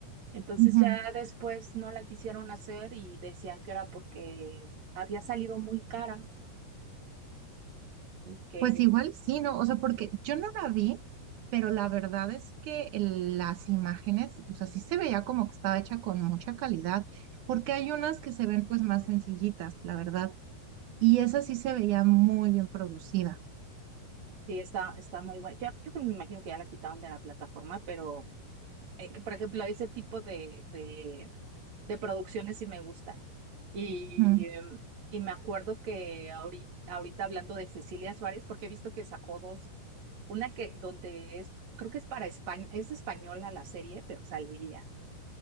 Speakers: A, on the right; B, on the right.
A: Entonces
B: ujú.
A: ya después no la quisieron hacer y decían que era porque había salido muy cara. y que
B: Pues igual sí, ¿no? O sea, porque yo no la vi, pero la verdad es que el- las imágenes, o sea, sí se veía como que estaba hecha con mucha calidad, porque hay unas que se ven pues más sencillitas, la verdad, y esa sí se veía muy bien producida,
A: sí está, está muy buena. Ya, yo creo- me imagino que ya la quitaron de la plataforma, pero eh, por ejemplo, ese tipo de, de, de producciones sí me gustan. Y,
B: ujú.
A: em, y me acuerdo que ahorita, ahorita hablando de Cecilia Suárez, porque he visto que sacó dos, una que donde es, creo que es para España, es española la serie, pero sale ella.